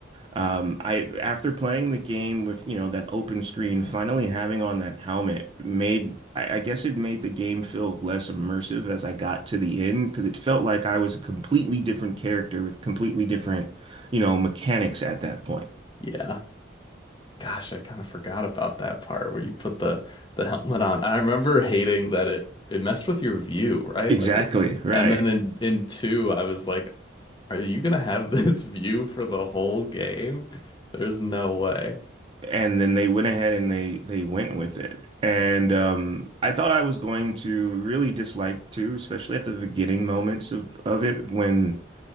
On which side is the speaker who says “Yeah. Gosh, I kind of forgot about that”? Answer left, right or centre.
Left